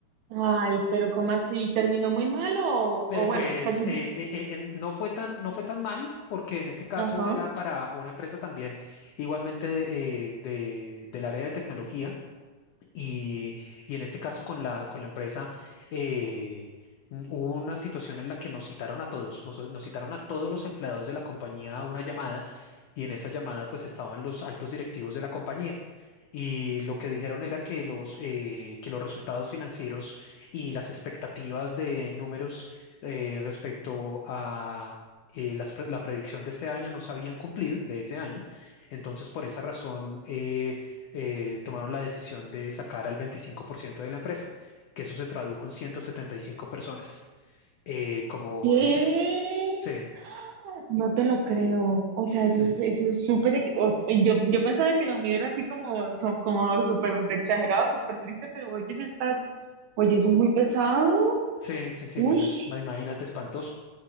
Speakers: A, on the right; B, on the left.
A: ay, pero ¿cómo así? ¿Terminó muy mal o,
B: Eh,
A: o
B: pues
A: bueno, pues, sí,
B: eh, eh, eh, en- no fue tan, no fue tan mal, porque en este caso
A: ajá.
B: era para una empresa también igualmente de- eh, de- del área de tecnología Y, y en este caso con la, con la empresa eh, n- hubo una situación en la que nos citaron a todos, nos, nos citaron a todos los empleados de la compañía a una llamada y en esa llamada pues estaban los altos directivos de la compañía. Y lo que dijeron era que los, eh, que los resultados financieros y las expectativas de números eh, respecto a eh, las pre- la predicción de este año no se habían cumplido, de ese año. Entonces, por esa razón, eh, eh, tomaron la decisión de sacar al 25% de la empresa, que eso se tradujo en 175 personas. Eh, como
A: ¿Qué?
B: en este... Sí,
A: No te lo creo. O sea, eso
B: sí,
A: es, eso es súper. ex- o s- Yo, yo pensaba que lo mío era así como, so- como súper exagerado, súper triste, pero oye, eso estás. Oye, eso es muy pesado.
B: sí, sí, sí,
A: Ush,
B: pues es, ma- imagínate, espantoso.